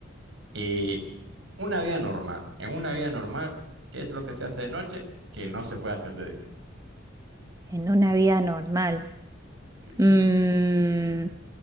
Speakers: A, on the right; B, on the right.
A: Eh, una vida normal. En una vida normal, ¿qué es lo que se hace de noche que no se puede hacer de día?
B: En una vida normal.
A: Sí, sí.
B: Mm,